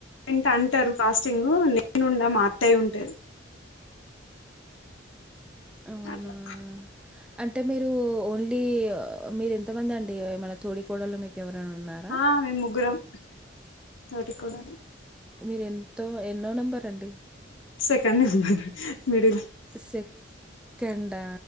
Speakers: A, on the left; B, in the centre.
A: <unintelligible> అంటరు ఫాస్టింగ్ నేనుండ మా అత్తయ్య ఉంటది
B: అవునా
A: అట్లా
B: అంటే మీరు ఓన్లీ ఆ మీరు ఎంతమంది అండి ఏ మన తోడి కోడలు మీకు ఎవరన్న ఉన్నారా
A: ఆ మేము ముగ్గురం తోటి కోడళ్ళు
B: మీరు ఎంతో ఎన్నో నెంబర్ అండి
A: సెకండ్ మిడిల్
B: సెకకడా